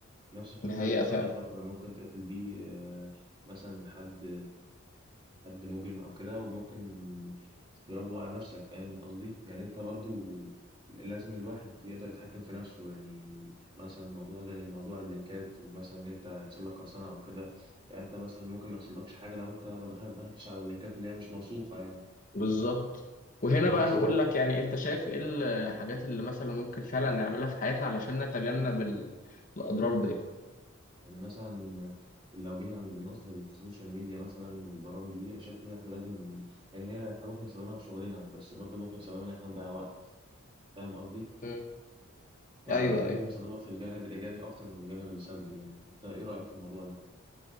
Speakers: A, on the right; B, on the left.
A: نفس الفكرة
B: دي حقيقه
A: المسدس
B: فعلا
A: مثلا ممكن تقتل بيه آه مثلا حد حد مجرم او كده وممكن تضربه على نفسك فاهم قصدي يعني انت برضو لازم الواحد يقدر يتحكم في نفسه يعني مثلا موضوع زي موضوع اللينكات ومثلا ان انت يحصل لك قرصنه او كده يعني انت مثلا ممكن ما يحصلكش حاجه لو انت ما دخل- دخلتش على اللينكات اللي هي مش موثوقه يعني
B: بالظبط وهنا
A: ونفس
B: بقى نقول
A: برضه
B: لك يعني انت شايف ايه الحاجات اللي مثلا ممكن فعلا نعملها في حياتنا علشان نتجنب ال- الاضرار دي
A: يعني مثلا لو جينا عند نقطة السوشيال ميديا مثلا والبرامج دي أنا شايف إن إحنا لازم يعني هي إحنا ممكن نستخدمها في شغلنا بس برضه ممكن نستخدمها إن إحنا نضيع وقت فاهم قصدي؟
B: مم.
A: فيعني
B: ايوه ايوه
A: لازم نستخدمها في الجانب الإيجابي أكتر من الجانب السلبي يعني أنت إيه رأيك في الموضوع ده؟